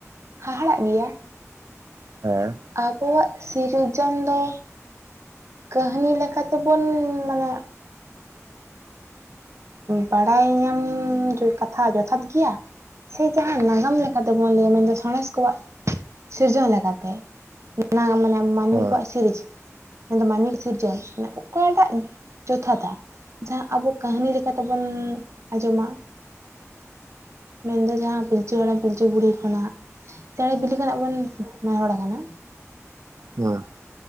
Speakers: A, on the right; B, on the right.
A: ᱦᱟᱦᱟᱲᱟᱜ ᱜᱮᱭᱟ
B: ᱦᱮᱸ
A: ᱟᱵᱚᱣᱟᱜ ᱥᱤᱨᱡᱚᱱ ᱫᱚ ᱠᱟᱹᱦᱱᱤ ᱞᱮᱠᱟᱛᱮᱵᱚᱱ ᱢᱟᱱᱮ ᱵᱟᱲᱟᱭ ᱧᱟᱢ ᱠᱟᱛᱷᱟ ᱡᱚᱛᱷᱟᱛ ᱜᱮᱭᱟ ᱥᱮ ᱡᱟᱦᱟᱸ ᱱᱟᱜᱟᱢ ᱞᱮᱠᱟᱛᱮᱵᱚᱱ ᱞᱟᱹᱭᱟ ᱢᱮᱱᱫᱚ ᱥᱟᱬᱮᱥ ᱠᱚᱣᱟᱜ ᱥᱤᱨᱡᱚᱱ ᱞᱮᱠᱟᱛᱮ ᱱᱟ ᱢᱟᱱᱮ ᱢᱟᱹᱱᱢᱤ
B: ᱦᱮᱸ
A: ᱠᱚᱣᱟᱜ ᱥᱤᱨᱤᱡ ᱢᱮᱱ ᱢᱟᱹᱱᱤᱠ ᱥᱤᱨᱡᱚᱱ ᱢᱟᱱᱮ ᱚᱠᱟᱴᱟᱜ ᱡᱚᱛᱷᱟᱛᱷᱟ ᱡᱟᱦᱟᱸ ᱟᱵᱚ ᱠᱟᱹᱦᱱᱤ ᱞᱮᱠᱟᱛᱮᱵᱚᱱ ᱟᱸᱡᱚᱢᱟ ᱢᱮᱱᱫᱚ ᱡᱟᱦᱟᱸ ᱯᱤᱞᱪᱩ ᱦᱟᱲᱟᱢ ᱯᱤᱞᱪᱩ ᱵᱩᱦᱲᱤ ᱠᱷᱚᱱᱟᱜ ᱪᱮᱬᱮ ᱵᱤᱞᱤ ᱠᱷᱚᱱᱟᱜ ᱵᱚᱱ ᱱᱮᱦᱚᱲ ᱠᱟᱱᱟ <unintelligible>
B: ᱦᱮᱸ